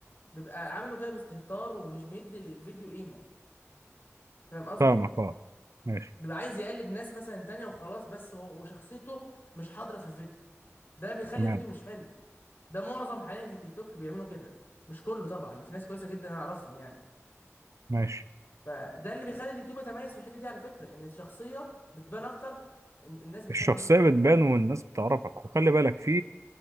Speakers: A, on the left; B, on the right.
A: بيبقى عامله كده باستهتار ومش مدي للفيديو قيمه فاهم قصدي
B: فاهمك اه ماشي
A: بيبقى عايز يقلد ناس مثلا تانية وخلاص بس هو- وشخصيته مش حاضرة في الفيديو ده بيخلي
B: تمام
A: الفيديو مش حلو ده معظم حاليا في التيك توك بيعملوا كده مش كله طبعا يعني في ناس كويسة جدا انا اعرفهم يعني
B: ماشي
A: فده اللي بيخلي اليوتيوب يتميز في الحتة دي على فكرة ان الشخصية بتبان اكتر ان الناس بتحبك
B: الشخصية
A: اكتر
B: بتبان والناس بتعرفك وخلي بالك في